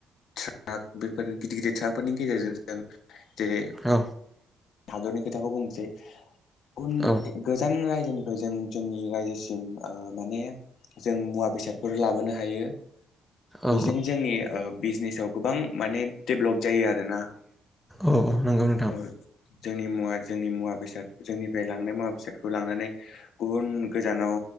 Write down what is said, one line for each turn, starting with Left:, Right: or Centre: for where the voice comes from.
Left: ट्राक बेफोर गिदिर गिदिर ट्राकफोरनि गेजेरजों जों जेरै
Centre: औ
Left: हादरनि खोथाखौ बुंसै उन
Centre: औ
Left: गोजान राय <unintelligible> जों जोंनि रायजोसिम ओ माने जों मुवा बेसादफोर लाबोनो हायो
Centre: औ
Left: बेजों जोंनि ओ बिजनेसाव गोबां माने डेभ्लप जायो आरोना
Centre: औ औ नंगौ नोंथां
Left: ओ जोंनि मुवा जोंनि मुवा बेसाद जोंनिफ्राय लांनाय मुवा बेसादखौ लांनानै गुबुन गोजानाव